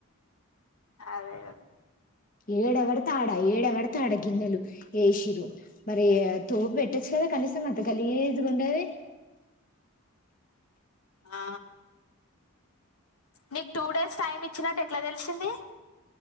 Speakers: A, on the left (about 80°); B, on the left (about 40°).
A: అదే గాద
B: ఏడ వడితే అడ్ ఏడ పడతె ఆడ గిన్నెలు ఏసిర్రు మరి తోమీ పెట్ ట్టచ్చు కదా కనీసం కొంచెం గలీజ్ గా ఉండాది.
A: ఆ నీకు టూ డేస్ టైం ఇచ్చినట్టు ఎట్లా తెలిసింది.